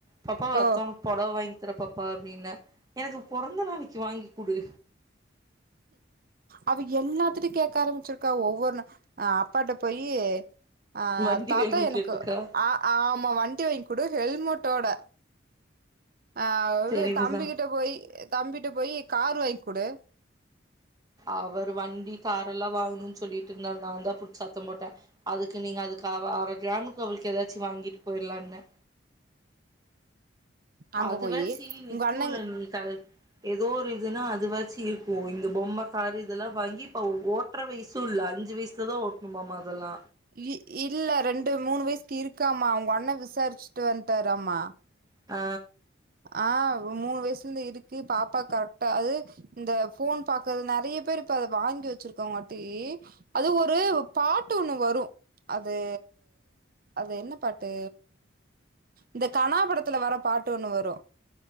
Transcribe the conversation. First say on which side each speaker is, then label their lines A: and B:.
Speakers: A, on the right; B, on the right.
A: பாப்பா
B: ஓ
A: அத்தவொனக்கு பொடவ வாங் எத்தன பப்பா அப்டின்ன பொறந்த நாளைக்கு வாங்கி குடு
B: அவ எல்லாத்துட்டையு கேக்க ஆரம்பிச்சிருக்கா ஒவ்வொரு நா அப்பாட்ட போயி அ
A: வண்டி
B: தாத்தா
A: வேணுன்னு
B: எனக்கு
A: கேட்ருக்கா
B: ஆ ஆமா வண்டி வாங்கி குடு ஹெல்மெட்டோட ஆ வ்வு
A: தெரியுதுதா
B: தம்பிக்கிட்ட போயி தம்பிட்ட போயி கார் ரு வாங் குடு
A: அவரு வண்டி கார் எல்லா வாங்ணுனு சொல்லிட்டு இருந்தார் நா தா புடிச்சு சத்தோ போட்ட அதுக்கு நீங்க அது காவா அர கிராமுக்கு அவளுக்கு ஏதாச்சி வாங்கிட் போயிர்லான்ன
B: அங்க
A: அதுவ
B: போயி
A: சி நிக்கூலன்
B: உங்க அண்ணன்
A: கல் ஏதோ ஒரு இதுனா அதுவாச்சி இருக்கும் இந்த பொம்ம காரு இதெல்லா வாங்கி இப்ப ஓட்ற வயசும் இல்ல அஞ்சு வயசுல தா ஓட்டணுமமா அதெல்லா
B: இ இல்ல ரெண்டு மூணு வயசுக் இருக்காமா அவுங்க அண்ண விசாரிச்சுட்டு வன்டாராமா
A: ஆ
B: ஆ ஒரு மூணு வயசுலருந்து இருக்கு பாப்பா கரெக்டா அது இந்த ஃபோன் பாக்றது நறைய பேர் இப்ப அத வாங்கி வச்சிருக்காங்காட்டி அது ஒரு பாட்டு ஒண்ணு வரும் அது அது என்ன பாட்டு இந்த கணா படத்துல வர பாட்டு ஒண்ணு வர் ரு